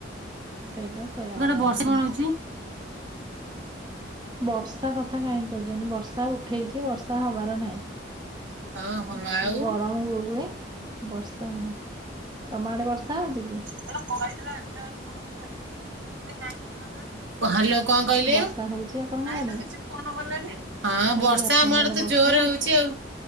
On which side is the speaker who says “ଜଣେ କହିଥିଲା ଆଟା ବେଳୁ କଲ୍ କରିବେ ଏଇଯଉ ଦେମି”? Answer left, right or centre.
Right